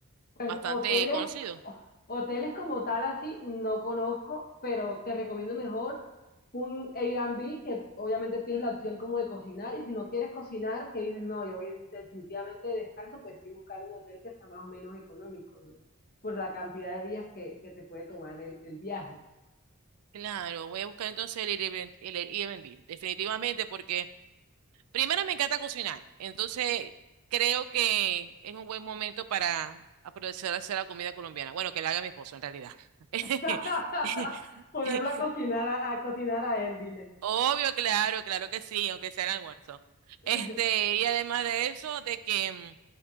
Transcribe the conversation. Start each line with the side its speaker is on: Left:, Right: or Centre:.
Left: Pues
Right: bastante
Left: hoteles,
Right: conocido?
Left: hoteles como tal así no conozco, pero te recomiendo mejor un Airbnb que obviamente tienes la opción como de cocinar y si no quieres cocinar, que dices, no, yo voy a ir definitivamente de descanso, pues sí buscar un hotel que sea más o menos económico, ¿no? Por la cantidad de días que, que te puede tomar el, el viaje.
Right: Claro, voy a buscar entonces el Airbnb, el Airbnb, definitivamente, porque Primero me encanta cocinar, entonces creo que es un buen momento para aprovechar a hacer la comida colombiana. Bueno, que la haga mi esposo en realidad. <laughs>
Left: <laughs> Ponerla a cocinar a, a cocinar a él, dile.
Right: Obvio, claro, claro que sí, aunque sea el almuerzo.
Left: <laughs>
Right: Este, y además de eso, de que mm,